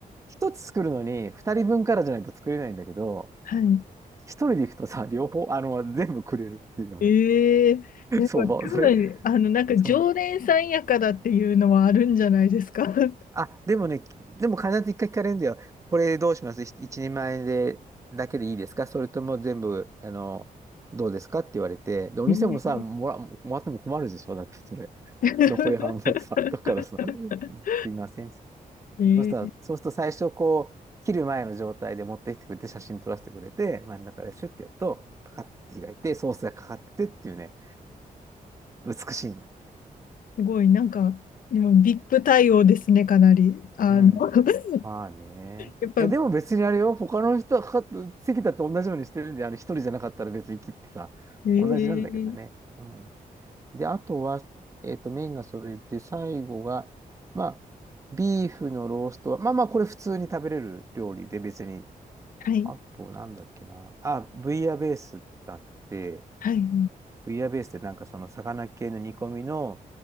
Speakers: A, on the right (about 20°); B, on the left (about 65°).
A: 一つ作るのに、二人分からじゃないと作れないんだけど、
B: はい。
A: 一人で行くとさ、両方、あの、全部くれるっていう、あの、
B: ええー。
A: <laughs>
B: や、
A: 相場、
B: で多分、
A: まあそれ、
B: あの、なんか常連さんやからっていうのはあるんじゃないですか。
A: そう。
B: <laughs>
A: あ、でもね、でも必ず一回聞かれるんだよ。これどうします一一人前で、だけでいいですかそれとも全部、あの、どうですかって言われて、で、お店もさ、
B: ええー
A: もら、もらっても困るでしょだってそれ。<laughs>
B: <laughs>
A: 残り半分さ、だからさ、すいません。そ
B: えー
A: うしたら、そうすると最初こう、切る前の状態で持ってきてくれて、写真撮らせてくれて、真ん中でシュッてやると、パカッて開いて、ソースがかかっててっていうね、美しいんだ。
B: すごい、なんか、でも VIP 対応ですね、かなり。あの、
A: うん。
B: <laughs>
A: まあね。
B: やっぱ、
A: いや、でも別にあれよ、他の人はかかっ席だって同じようにしてるんで、あの、一人じゃなかったら別に切ってさ、
B: えー、
A: 同じなんだけどね。うん。で、あとは、えっと、メインがそれで、最後が、まあ、ビーフのローストは、まあまあ、これ普通に食べれる料理で別に
B: はい、
A: あと、なんだっけな。あ、ブイヤベースがあって、
B: はい、はい
A: ブイヤベースってなんかその魚系の煮込みの、